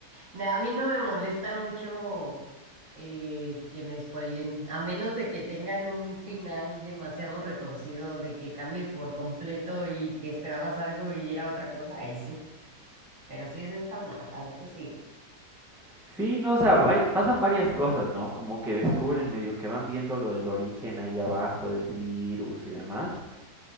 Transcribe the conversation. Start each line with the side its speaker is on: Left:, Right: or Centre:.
Right: No, A mí no me molesta mucho eh, que me spoileen, a menos de que tengan un final demasiado retorcido, de que cambie por completo y te esperabas algo y era otra cosa, ahí sí. Pero sí es estándar, a ver, tú sigue.
Centre: Sí, no, o sea, vari- pasan varias cosas, ¿no? Como que descubren medio que van viendo lo del origen ahí abajo del virus y demás.